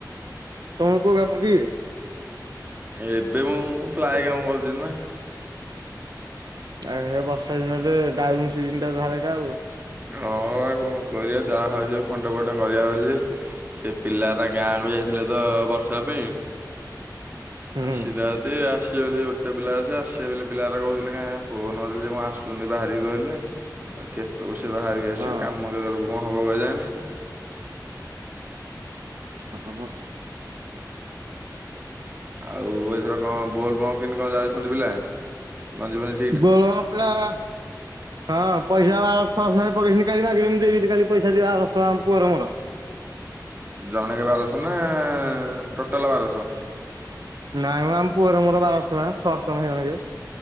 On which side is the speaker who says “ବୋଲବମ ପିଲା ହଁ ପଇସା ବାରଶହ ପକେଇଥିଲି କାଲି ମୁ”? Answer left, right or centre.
Right